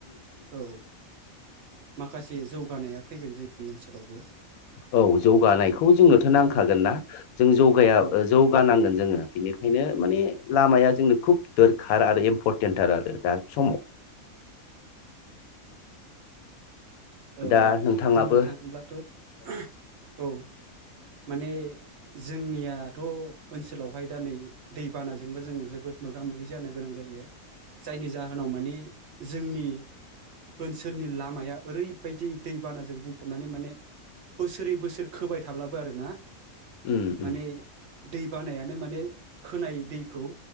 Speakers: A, on the right; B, on the left.
A: औ माखासे जौगानाया फैगोन जोंनि ओनसोलावबो
B: औ जौगानायखौ जोंनोथ नांखागोनना? जों जौगाया
A: औ
B: जौगानांगोन जोङो बिनिखायनो माने लामाया जोंनो खुब दोरखार आरो इम्परटेन्टार आरो दा समाव
A: ओ
B: दा नोंथाङाबो
A: बुंनो थाङोब्लाथ औ माने जोंनियाथ ओनसोलावहाय दा नै दैबानाजोंबो जों जोबोद मोगा मोगि जानो गोनां जायो जायनि जाहोनाव माने जोंनि ओनसोलनि लामाया ओरै बायदि दैबानाजों बुंफबनानै माने बोसोरै बोसोर खोबाय थाब्लाबो आरोना
B: उम
A: माने
B: उम
A: दै बानायानो माने खोनाय दैखौ